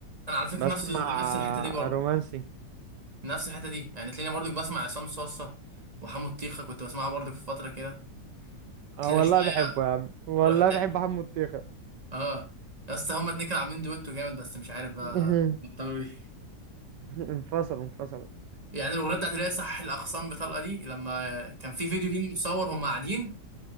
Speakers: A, on the right; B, on the right.
A: انا على فكره
B: بسمع
A: نفس نفس الحته دي برضو
B: رومانسي
A: نفس الحته دي يعني تلاقيني برضو بسمع عصام صاصه وحمو الطيخه كنت بسمعه برضو في فتره كده
B: اه
A: تلاقيني
B: والله
A: شويه
B: بحبه يا عم والله
A: رحت
B: بحب حمو الطيخة
A: اه يا اسطى هما اتنين كانوا عاملين دويتو جامد بس مش عارف بقى
B: <laughs>
A: بطلوا ليه
B: انفصل انفصل
A: يعني الاغنيه بتاعت اللي هي صح الاخصام بطلقه دي لما كان في فيديو ليهم متصور هم قاعدين